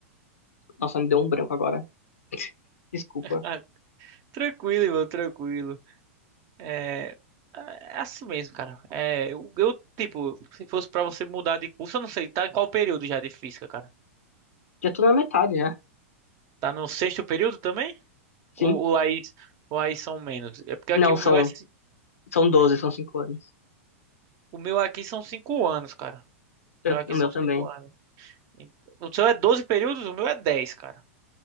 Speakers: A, on the left; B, on the right.
A: nossa, me deu um branco agora. <laughs> Desculpa.
B: Ah, tranquilo, irmão, tranquilo. É, é é assim mesmo, cara. É, eu, eu, tipo, se fosse pra você mudar de curso, eu não sei, tá em qual período já de física, cara?
A: Já tô na metade, já.
B: Tá no sexto período também?
A: Sim.
B: Ou, ou aí, ou aí são menos? É porque
A: Não,
B: aqui o
A: são,
B: meu é, ci-
A: são 12, são 5 anos.
B: o meu aqui são cinco anos, cara.
A: Eu-
B: O meu aqui
A: o
B: são
A: meu também.
B: cinco anos. E- O seu é 12 períodos, o meu é dez, cara.